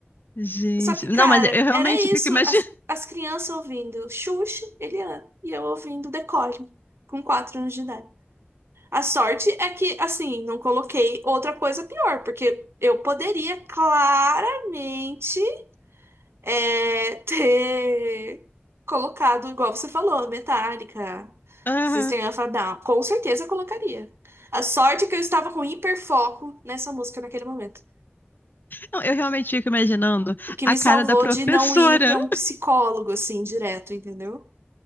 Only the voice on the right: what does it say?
Só que, cara,
era
isso.
As, as crianças ouvindo Xuxa, Eliana, e eu ouvindo Decore, com 4 anos de idade. A sorte é que, assim, não coloquei outra coisa pior, porque eu poderia claramente é, <laughs> ter colocado, igual você falou, Metallica,
System of a Down. Com certeza eu colocaria. A sorte é que eu estava com hiperfoco nessa música naquele momento.
O que
me
salvou
de não ir pra um psicólogo, assim, direto, entendeu?